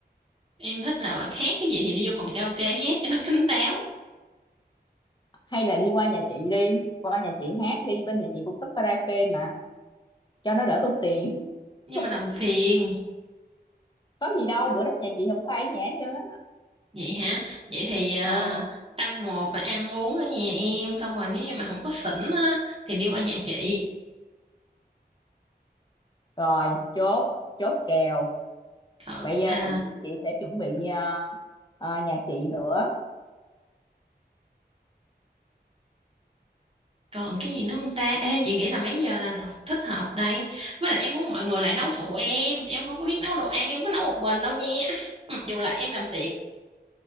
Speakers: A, on the right (about 35°); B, on the left (about 25°).
A: Em thích là hát cái gì thì đi vô phòng karaoke hát cho nó kín đáo,
B: hay là đi qua nhà chị đi qua nhà chị hát đi bên nhà chị cũng thích karaoke mà cho nó đỡ tốn tiền
A: nhưng mà
B: <laughs>
A: làm phiền.
B: có gì đâu bữa đó nhà chị không có ai ở nhà hết trơn á
A: Vậy hả? Vậy thì ờ,
B: ờ
A: tăng một là ăn uống ở nhà em xong rồi nếu như mà không có xỉn á thì đi qua nhà chị.
B: rồi chốt chốt kèo
A: Còn
B: bây giờ
A: à,
B: chị chị sẽ chuẩn bị ờ, ờ, nhà chị nữa
A: Còn cái gì nữa không ta? Ê, chị nghĩ là mấy giờ là th- thích hợp đây? Với lại em muốn mọi người lại nấu phụ em. Em không có biết nấu đồ ăn, em có nấu một mình đâu nha. <laughs> Mặc dù là em làm tiệc.